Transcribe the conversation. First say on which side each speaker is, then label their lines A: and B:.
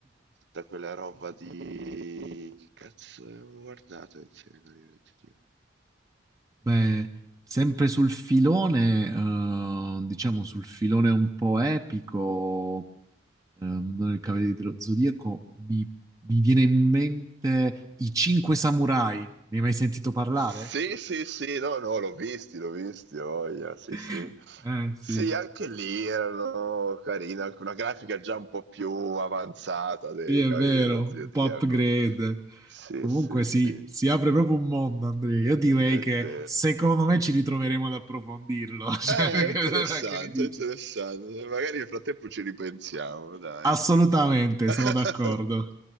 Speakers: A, on the right (about 65°); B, on the right (about 15°).
A: tutta quella roba di... Che cazzo avevo guardato insieme ai Cavalieri del Zodiaco?
B: Beh, sempre sul filone, eh, diciamo sul filone un po' epico, ehm, non il Cavaliere dello Zodiaco, mi, mi viene in mente I Cinque Samurai. Ne hai mai sentito parlare?
A: Sì, sì, sì, no, no, l'ho visti, l'ho visti, ho voglia, sì,
B: <laughs>
A: sì.
B: Eh sì,
A: Sì, anche lì erano carina, anche una grafica già un po' più avanzata dei
B: sì, è
A: Cavalieri
B: vero,
A: dello Zodiaco.
B: un po' upgrade.
A: Sì,
B: Comunque
A: sì, sì,
B: sì, si apre proprio un mondo, Andrea. Io direi
A: è
B: che
A: vero.
B: secondo me ci ritroveremo ad approfondirlo. <laughs> Cioè,
A: Eh,
B: che
A: interessante,
B: che ne dici?
A: interessante. Magari nel frattempo ci ripensiamo, dai.
B: Assolutamente,
A: <laughs>
B: sono d'accordo.